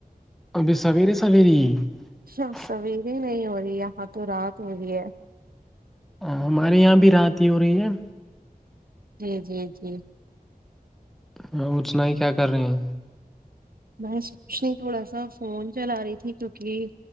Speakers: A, in the centre; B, on the right (about 70°).
A: ابھی سویری سویری <unintelligible>
B: سویرے نہیں ہو رہی یہاں تو رات ہو رہی ہے <unintelligible>
A: ہ ہمارے یہاں بھی رتی ہی ہو رہی ہے <unintelligible>
B: جی جی جی <unintelligible>
A: ہاں اچنا ہی کیا کر رہے ہیں <unintelligible>
B: میں سوچنی تھوڑا سا فون چلا رہی تھی کیونکہ